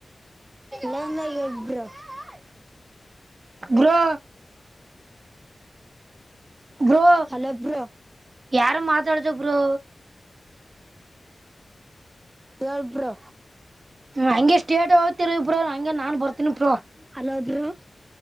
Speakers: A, on the right (about 30°); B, on the right (about 60°).
A: ಲಂಗ ಒಬ್ಬರು <unintelligible>
B: ಬ್ರೊ ಬ್ರೊ
A: ಹಲೋ ಬ್ರೋ
B: ಯಾರು ಮಾತಾಡ್ದಬ್ರು
A: ಹೆಲ್ ಬ್ರೊ
B: ಹಂಗೆ ಸ್ಟೇಟ್ ಹೋಗ್ತಿರ ಇಬ್ರ ಹಂಗಗೆ ನಾನ್ ಬರ್ತನಿ ಬ್ರೊ
A: ಹಲೋ ಬ್ರೋ